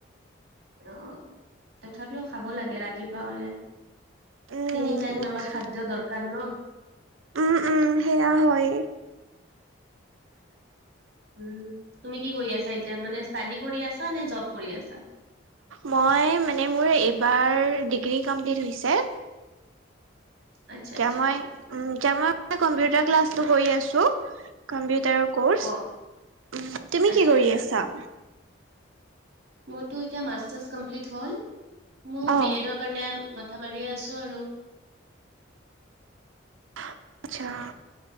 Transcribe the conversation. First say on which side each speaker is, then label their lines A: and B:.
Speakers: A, on the right (about 55°); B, on the right (about 80°).
A: অ'! তথাপিও খাব লাগে, ৰাতিপুৱা হ'লে।
B: উম
A: তিনি টাইম আমাৰ
B: খাম
A: খাদ্য দৰকাৰ ন'!
B: উম উম সেয়া হয়।
A: উম, তুমি কি কৰি আছা এতিয়া? মানে, ষ্টাডি কৰি আছা নে, জব কৰি আছা?
B: মই মানে, মোৰ এইবাৰ, ডিগ্ৰী কমপ্লিট হৈছে।
A: আচ্ছা
B: এতিয়া
A: আচ্ছা
B: মই, উম, এতিয়া মই, কম্পিউটাৰ ক্লাছটো কৰি আছোঁ। কম্পিউটাৰ কোৰ্চ।
A: অ
B: তুমি
A: আচ্ছা
B: কি কৰি আছা?
A: মোৰতো এতিয়া, মাষ্টাৰ্ছ কমপ্লিট হ'ল। মইয়ো
B: অ
A: বি এডৰ কাৰণে, মাথা মাৰিয়ে আছোঁ আৰু।
B: <unintelligible> আচ্ছা!